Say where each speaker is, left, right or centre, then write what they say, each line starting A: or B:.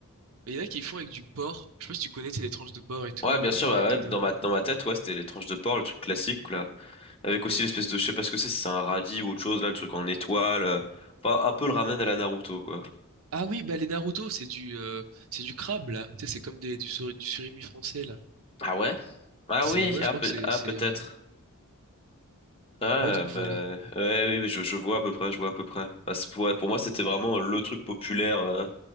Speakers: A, on the right; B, on the left.
A: Il y en a qui font avec du porc. Je sais pas si tu connais, c'est les tranches de porc et tout,
B: Ouais, bien
A: euh,
B: sûr,
A: ils
B: bah
A: mettent
B: ouais,
A: dedans.
B: dans ma, dans ma tête, ouais, c'était les tranches de porc, le truc classique, là. Avec aussi l'espèce de, je sais pas ce que c'est, si c'est un radis ou autre chose, là, le truc en étoile. euh. Enfin, un peu le ramen à la Naruto, quoi.
A: Ah oui, bah les Naruto, c'est du euh, c'est du crabe là. Tu sais, c'est comme des, du, suri- du surimi français là.
B: Ah ouais? Ah
A: C'est
B: oui,
A: ouais,
B: ah,
A: je crois
B: peut-
A: que c'est
B: ah,
A: c'est
B: peut-être.
A: euh,
B: Ah,
A: ouais donc
B: ben,
A: voilà.
B: ouais, oui, je, je vois à peu près, je vois à peu près. Bah, c'est- ouais, pour moi, c'était vraiment le truc populaire euh,